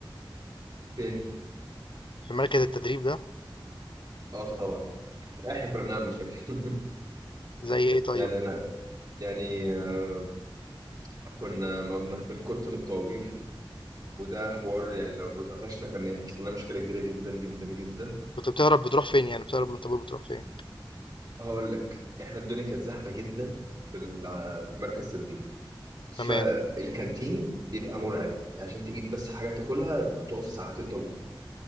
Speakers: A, on the right; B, on the left.
A: فين
B: في مركز التدريب ده
A: اه طبعا احنا كنا بنعمل مشاكل <laughs>
B: زي إيه طيب
A: يعني انا يعني آه، كنا ما بن- بنكت من الطوابير وده حوار يعني لو اتقفشنا كان هيحصل لنا مشكله كبيره جدا جدا جدا
B: كنت بتهرب بتروح فين يعني بتهرب من الطابور بتروح فين
A: هقول لك احنا الدنيا كانت زحمه جدا في الع- في مركز تدريب
B: تمام
A: فالكانتين بيبقى مرعب عشان تجيب بس حاجه تاكلها هتقف ساعتين طابور